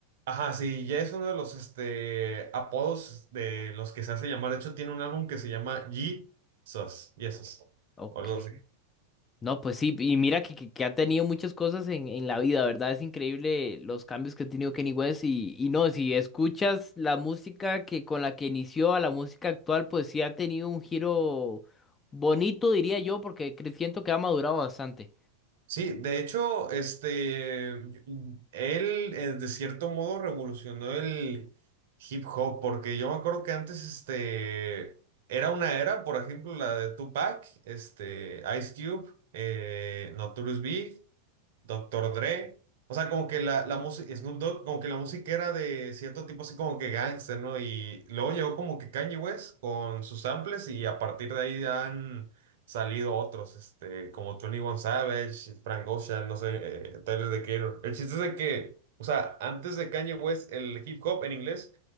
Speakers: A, on the right; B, on the left.
A: Ajá, sí, ya es uno de los este, apodos de los que se hace llamar. De hecho, tiene un álbum que se llama Jesus, Jesus,
B: Ok.
A: o algo así.
B: No, pues sí, y mira que, que, que ha tenido muchas cosas en, en la vida, ¿verdad? Es increíble los cambios que ha tenido Kenny West y, y no, si escuchas la música que con la que inició a la música actual, pues sí ha tenido un giro bonito, diría yo, porque cre- siento que ha madurado bastante.
A: Sí, de hecho, este, él eh, de cierto modo revolucionó el hip hop, porque yo me acuerdo que antes, este, era una era, por ejemplo, la de Tupac, este, Ice Cube, eh, Notorious Doctor Dre. O sea, como que la, la música, Snoop Dogg, como que la música era de cierto tipo así como que gangster, ¿no? Y luego llegó como que Kanye West con sus samples y a partir de ahí han salido otros, este, como 21 Savage, Frank Ocean, no sé, eh, Tyler The Creator. El chiste es de que, o sea, antes de Kanye West, el hip hop en inglés